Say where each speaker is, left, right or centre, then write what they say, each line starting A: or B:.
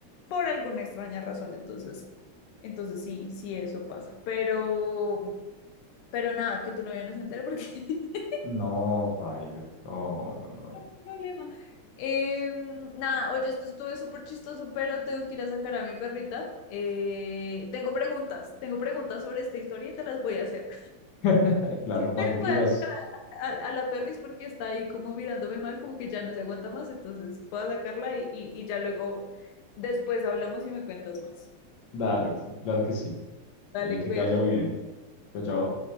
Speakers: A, on the left; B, on the left.
A: por alguna extraña razón. Entonces, entonces sí, sí, eso pasa. Pero, pero nada, que tu novia no se entere porque <laughs>
B: No, paila. No, no,
A: no hay problema. Eh, nada, oye, esto estuvo súper chistoso, pero tengo que ir a sacar a mi perrita. Eh, tengo preguntas, tengo preguntas sobre esta historia y te las voy a hacer.
B: no. <laughs> Claro, cuando
A: Pero
B: quieras,
A: voy a, a- a la perris porque está ahí como mirándome mal, como que ya no se aguanta más, entonces voy a sacarla y, y, y ya luego, después hablamos y me cuentas más.
B: dale, claro que sí.
A: Dale,
B: Y que
A: cuídate.
B: te vaya muy bien. Chao, chao.